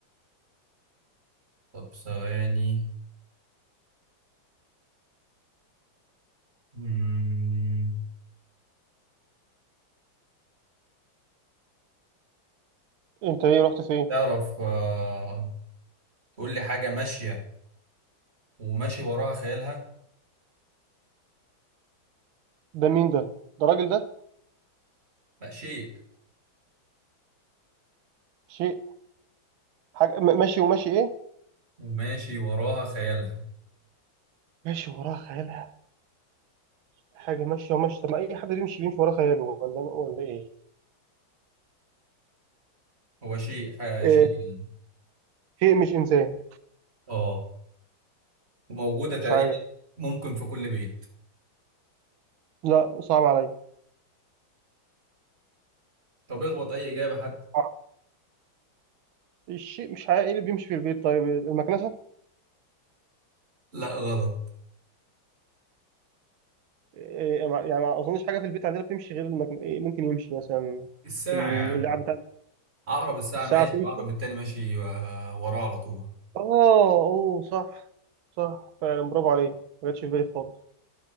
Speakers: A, on the right; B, on the right.
A: طب ثواني مم.
B: انت ايه رحت فين
A: تعرف آه، تقول لي حاجة ماشية وماشي وراها خيالها؟
B: ده مين ده ده الراجل ده
A: لا شيء
B: شيء حاجة م- ماشي وماشي إيه؟
A: وماشي وراها خيالها
B: ماشي وراه خيالها حاجة ماشية وماشية طب ما أي حد بيمشي بيمشي وراه خياله ولا ولا إيه؟
A: هو شيء آه،
B: إيه
A: شيء يعني
B: شيء مش إنسان
A: اه وموجودة تقريبا
B: مش عارف
A: ممكن في كل بيت
B: لا صعب عليا
A: طب اخبط أي إجابة حتى
B: صعب. الشيء مش عارف إيه اللي بيمشي في البيت طيب المكنسة؟
A: لا غلط
B: إيه ما- يعني ما أظنش حاجة في البيت عندنا بتمشي غير المكن... إيه ممكن يمشي مثلا
A: الساعة
B: ال-
A: يا عم
B: اللعب بتاع
A: عقرب الساعة
B: الساعة
A: ماشي
B: بتمشي
A: وعقرب التاني ماشي آه، وراه على طول
B: آه أوه صح صح فعلا برافو عليك ما جاتش في بالي خالص